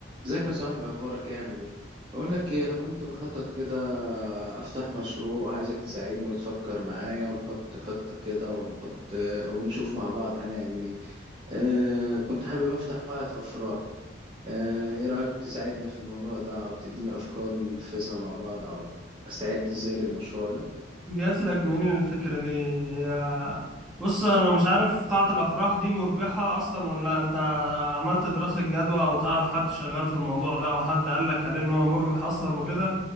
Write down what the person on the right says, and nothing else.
ازيك يا صاحبي اخبارك ايه عامل ايه بقول لك ايه انا كنت بخطط كده افتح مشروع عايزك تساعدني وتفكر معايا ونحط خطة كده ونحط ونشوف مع بعض هنعمل ايه آه كنت حابب افتح قاعة افراح آه ايه رايك تساعدني في الموضوع ده او تديني افكار ننفذها مع بعض او استعد ازاي للمشروع ده